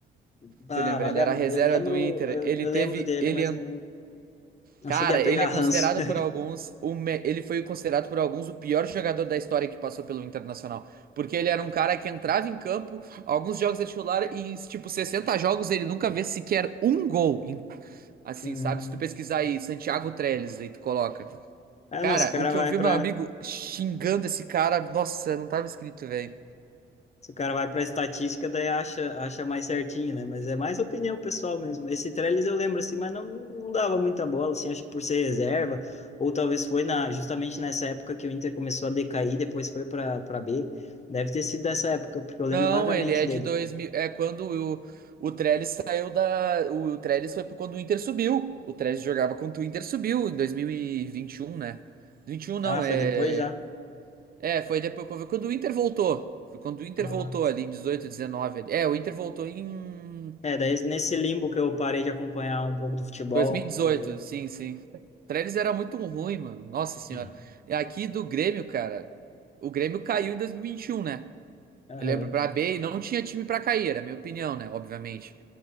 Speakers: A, on the left; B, on the right.
A: bah,
B: Tu lembra,
A: vaga,
B: ele era a reserva
A: eu lembro,
B: do Inter.
A: eu,
B: Ele
A: eu
B: teve.
A: lembro dele,
B: Ele,
A: mas
B: an-
A: não, não
B: cara,
A: cheguei a pegar
B: ele é considerado
A: ranço. <laughs>
B: por alguns. O, me- ele foi considerado por alguns o pior jogador da história que passou pelo Internacional. Porque ele era um cara que entrava em campo, alguns jogos é titular, e em tipo 60 jogos ele nunca vê sequer um gol. em- Assim,
A: Hum.
B: sabe? Se tu pesquisar aí, Santiago Trellis, aí tu coloca.
A: Ah,
B: Cara,
A: não, se o cara
B: o que
A: vai
B: eu vi
A: para
B: meu amigo xingando esse cara, nossa, não tava escrito, velho.
A: Se o cara vai para a estatística, daí acha, acha mais certinho, né? Mas é mais opinião pessoal mesmo. Esse Trellis eu lembro assim, mas não, não dava muita bola, assim, acho que por ser reserva, ou talvez foi na, justamente nessa época que o Inter começou a decair, depois foi para para B. Deve ter sido dessa época, porque
B: Não,
A: eu lembro vagamente
B: ele é
A: dele.
B: de 2000. É quando o, o Trellis saiu da. O, o Trellis foi por quando o Inter subiu. O Trellis jogava quando o Inter subiu em dois mil e e vinte e um, né? 21 não,
A: Ah,
B: é.
A: foi depois já?
B: É, foi depois foi quando o Inter voltou. Foi quando o Inter
A: Ah.
B: voltou ali em 18 19. ali. É, o Inter voltou em
A: É, daí nesse limbo que eu parei de acompanhar um pouco do futebol.
B: dois mil e dezoito.
A: ah,
B: sim, sim. O Trellis era muito ruim, mano. Nossa senhora.
A: Hum.
B: E aqui do Grêmio, cara. O Grêmio caiu em dois mil e e vinte e um, né?
A: Aham.
B: Eu lembro pra B e não tinha time pra cair, era a minha opinião, né? Obviamente.